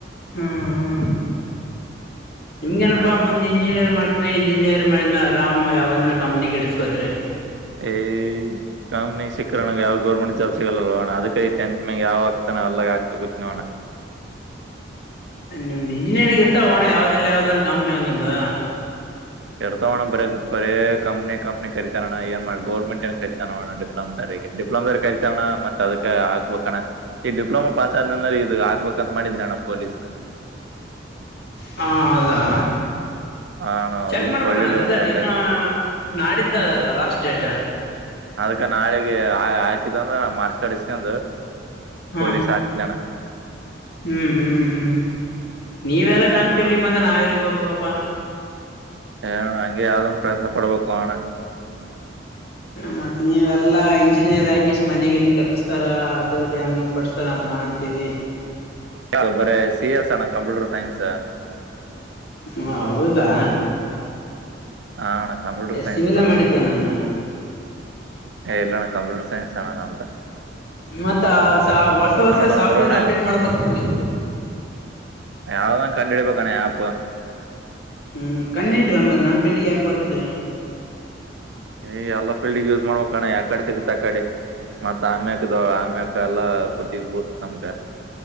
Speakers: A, on the left; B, on the right.
A: ಹಾ ಹಾ ನಿಮ್ಗ ಏನಪ್ಪಾ
B: ಹಾ ಅಣ್ಣ
A: ಮುಂದ್ ಇಂಜಿನಿಯರ್ ಮಾಡತ್ರಿ ಇಂಜಿನಿಯರ್ ಮಾಡಿದ್ ಆರಾಮ್ ಯಾವಂದ ಕಂಪ್ನಿ ಇಟ್ಸ್ಕೋತ್ರಿ
B: ಏ್ ಕಂಪ್ನಿ ಸಿಕ್ಕರನಗೆ ಯಾವ್ ಗೌರ್ಮೆಂಟ್ ಜಾಬ್ ಸಿಗಲ್ಲಲ್ವಣ ಅದಕೈ ಟೆಂತ್ ಮ್ಯ ಯಾವ್ ಆಗ್ತ ನಲ್ಲ ಕಾಕ್ ಕುಚಣ
A: ನಿಮ್ದು ಇಂಜಿನಿಯರಿಂಗ್ ಇರ್ತಾವ ಹೋಣ ಯಾವ್ದಲ್ಲ ಯಾವ್ದನ್ ಕಂಪ್ನಿ ಒಂದೊಂದು
B: ಇರ್ತವಣ ಬರ ಬರ ಕಂಪ್ನಿ ಕಂಪ್ನಿ ಕತಾನ ಏನ್ ಮಾಡ ಗೌರ್ಮೆಂಟ್ ಏನ್ ಕರಿತಣ ಡಿಪ್ಲಮ್ ದಾರ ಡಿಪ್ಲೋಮ್ ದಾರಿ ಕರಿತ ಅಣ್ಣ ಮತ್ ಅದಕ ಹಾಕ್ಬೇಕಣ ಈ ಡಿಪ್ಲೊಮಾ ಪಾಸ್ ಆದ್ಂದ್ರೆ ಇದದು ಹಾಕ್ಬೇಕಂತ ಮಾಡಿದ್ ನಣ ಪೊೀಸ್
A: ಹ ಅದಾ
B: ಹಾ ಅಣ್ಣ
A: ಚೆಕ್
B: ಅದೊಂದು
A: ಮಾಡ್ಬೇಕಣ್ಣ
B: ಕೊಳ್ಳಿಲ್ಲ ಇವತ್ತು
A: ರಿಸಲ್ಟ್
B: ಸಾಕಾಯ್ತು
A: ಇನ್ನು ನಾಡಿದ್ದದಲ್ಲ ಲಾಸ್ಟ್ ಡೇಟ್
B: ಅದಕ ನಾಳಿಗೆ ಹಾಕಿದಂದ್ರ ನಾ ಮಾರ್ಚ್ ಕಡಸ್ಕೊಂಡ
A: ಹಾ
B: ಪೊಲೀಸ್ ಹಾಕ್ನಾನ
A: ಹ್ಮ್ ಹ್ಮ್ ಹ್ಮ್ ನೀವೆಲ್ಲ ನಮ್
B: ಹಾ
A: ಫೀಲ್ಗ್ ಬಂದ್ರ ನಾವ್ ಎಲ್ಲಿಗೆ ಹೋಗಬಬೇಕ ಪ್ಪ
B: ಹ ಅಣ ಹಂಗಗೆ ಯಾವ್ದನ್ ಪ್ರಯತ್ನ ಪಡ್ಬೇಕು ಅಣ್ಣ
A: ಹ ಮತ್ತ್ ನೀವೆಲ್ಲಾ ಇಂಜಿನಿಯರ್ ಆಗೇಶ್ ಮನೆಗನ ಕಟ್ಟಿಸ್ತಾರ ಅದುೊ ಡ್ಯಾಮಿಗೆ ಪಡ್ಸ್ತಾರ ಅಂತ ನಾವ ಅಂತೀವಿ
B: ಯಾವ ಬರ ಸಿ ಎಸ್ಣ್ಣ ಕಂಪ್ಯೂಟರ್ ಸೈನ್ಸ್
A: ಹ ಹೌದಾ
B: ಹಾ ಅಣ್ಣ ಕಂಪ್ಯೂಟರ್ ಸೈನ್ಸ್
A: ಸಿಿವಲ್ಲ ಮಾಡಿದ್ದೆ ನಾನ
B: ಹ ಇಲ್ಲಣ ಕಂಪ್ಯೂಟರ್ ಸೈನ್ಸ್ ಆಣ ನ್ದ
A: ಮತ್ತ ಸ ವರ್ಸ ವರ್ಸ
B: ನಮ್ಮ
A: ಸಾಫ್ಟ್ವೇರ್
B: ರೂಮ್ನ್ಯಾಗ
A: ಅಪ್ಡೇಟ್ ಮಾಡ್ಬೇಕಪ್ಪ ನೀವು
B: ಯಾರದಾ ಕಂಡಡಿ ಪ ಕಣ ಯಾಪ
A: ಹ್ಮ್ ಕಂಡಿಡ್ರಿ ಅಮೇತ್ ನಾ್ ಫೀಲ್ಡ್ ಯಾಕ ಬರ್ತ್ರಿ
B: ಏ, ಎಲ್ಲ ಫೀಲ್ಡ್ಗ್ ಯೂಸ್! ಮಾಡ್ಬೇಕಣ ಯಾ ಕಡೆ, ಸಿಗುತ್ತ, ಆ ಕಡೆ. <unintelligible> ಮತ್ತ್, ಆಮ್ಯಕದು, ಆಮ್ಯಕ, ಎಲ್ಲಾ ಕುತಿ ಬಿಡತ್, ನಮಗ. <unintelligible>